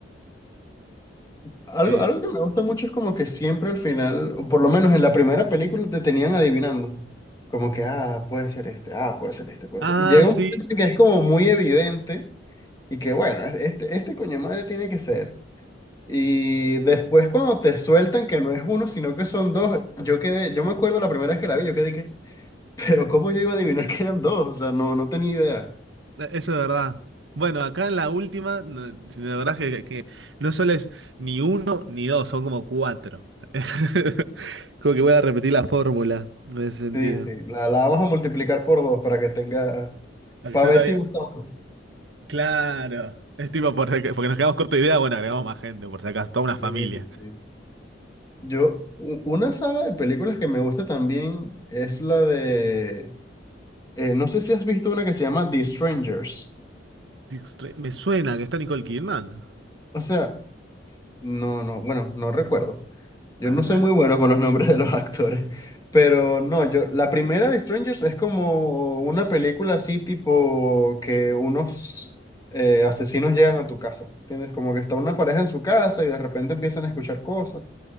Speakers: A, on the left; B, on the right.
A: Algo,
B: Eh,
A: algo que me gusta mucho es como que siempre al final, o por lo menos en la primera película, te tenían adivinando. Como que, ah, puede ser este, ah, puede ser este, puede
B: ah,
A: ser. Y llega
B: sí,
A: un momento que es como muy evidente y que, bueno, es- este, este coño madre tiene que ser. Y después cuando te sueltan que no es uno, sino que son dos, yo quedé, yo me acuerdo la primera vez que la vi, yo quedé que, <laughs> pero ¿cómo yo iba a adivinar que eran dos? O sea, no, no tenía idea.
B: E, Eso es verdad. Bueno, acá en la última, no- sí, la verdad que, que no solo es ni uno ni dos, son como cuatro. <laughs> Como que voy a repetir la fórmula en ese sentido.
A: Sí, sí, la, la vamos a multiplicar por dos para que tenga,
B: Para
A: para
B: que sea
A: ver
B: todavía-
A: si gusta más.
B: Claro. Es tipo, por si aca- porque nos quedamos corto de idea, bueno, agregamos más gente, por si acaso, toda una familia.
A: Sí, sí. Yo, u- una saga de películas que me gusta también es la de, eh, no sé si has visto una que se llama The Strangers.
B: Extre- Me suena que está Nicole Kidman.
A: O sea, no, no, bueno, no recuerdo. Yo
B: A
A: no
B: ver.
A: soy muy bueno con los nombres de los actores, pero no, yo, la primera de Strangers es como una película así tipo que unos eh, asesinos llegan a tu casa, ¿entiendes? Como que está una pareja en su casa y de repente empiezan a escuchar cosas.